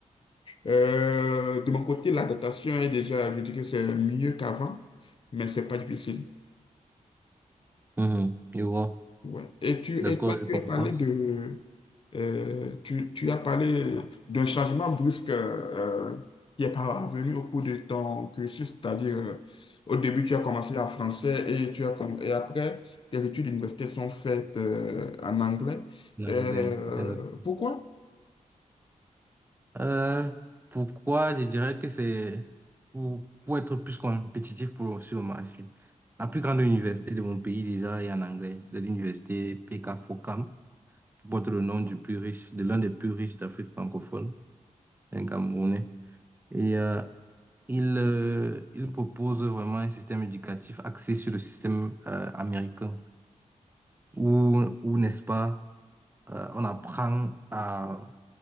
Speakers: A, on the left (about 40°); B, on the right (about 15°).
A: Euh, de mon côté, l'adaptation est déjà, je dis que c'est mieux qu'avant, mais c'est pas difficile.
B: Mhm. Je vois.
A: Ouais. Et, tu,
B: D'accord,
A: et toi,
B: je
A: tu
B: comprends.
A: as parlé de... euh, tu, tu as parlé d'un changement brusque euh, qui est parvenu au cours de ton cursus, c'est-à-dire euh, au début, tu as commencé en français et, tu as comm- et après, tes études universitaires sont faites euh, en anglais.
B: L'anglais.
A: Euh,
B: Exact.
A: pourquoi?
B: Euh, pourquoi je dirais que c'est pour, pour être plus compétitif pour, sur le marché. La plus grande université de mon pays, déjà, est en anglais. C'est l'université PK Focam. porte le nom du plus riche, de l'un des plus riches d'Afrique francophone, un Camerounais. Et euh, il, euh, il propose vraiment un système éducatif axé sur le système euh, américain, où, où n'est-ce pas, euh, on apprend à,